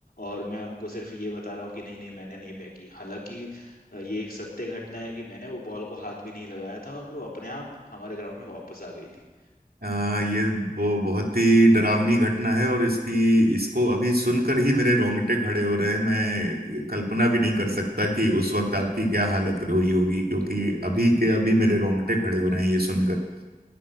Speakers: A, on the left; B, on the right.
A: और मैं उनको सिर्फ ये बता रहा हूँ कि नहीं नहीं मैंने नहीं फेंकी हालांकि अ, ये एक सत्य घटना है कि मैंने वो बॉल को हाथ भी नहीं लगाया था और वो अपने आप हमारे ग्राउंड में वापस आ गई थी
B: आ, ये वो बहुत ही डरावनी घटना है और इसकी इसको अभी सुनकर ही मेरे रोंगटे खड़े हो रहे हैं मैं कल्पना भी नहीं कर सकता कि उस वक्त आपकी क्या हालत हुई होगी क्योंकि अभी के अभी मेरे रोंगटे खड़े हो रहे हैं ये सुनकर